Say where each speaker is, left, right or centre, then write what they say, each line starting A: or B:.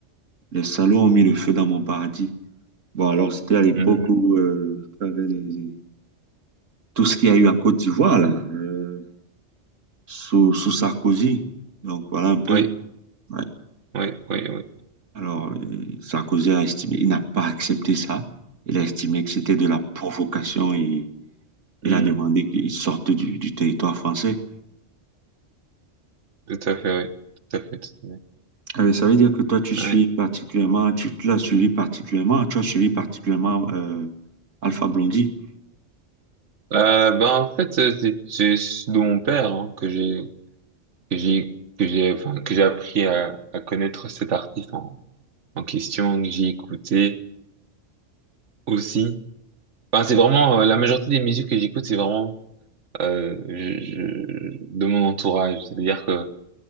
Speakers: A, on the right; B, on the right.
A: Les salauds ont mis le feu dans mon paradis. Bon, alors, c'était à l'époque
B: Hmm.
A: où euh, tu avais les- les- tout ce qu'il y a eu en Côte d'Ivoire, là, euh, sous, sous Sarkozy. Donc, voilà un peu.
B: Oui,
A: ouais.
B: oui, oui, oui.
A: Alors, euh, Sarkozy a estimé, il n'a pas accepté ça. Il a estimé que c'était de la provocation et il
B: Hmm.
A: a demandé qu'il sorte du, du territoire français.
B: Tout à fait, oui. Tout à fait, tout à fait.
A: Ah ben, ça veut dire que toi, tu suis
B: Ouais.
A: particulièrement, tu tu l'as suivi particulièrement, tu as suivi particulièrement euh, Alpha Blondy.
B: Euh, ben en fait euh, c'est c'est de mon père hein, que j'ai que j'ai que j'ai enfin que j'ai appris à, à connaître cet artiste en, en question que j'ai écouté aussi. Enfin c'est vraiment euh, la majorité des musiques que j'écoute c'est vraiment euh, je, je- de mon entourage. C'est-à-dire que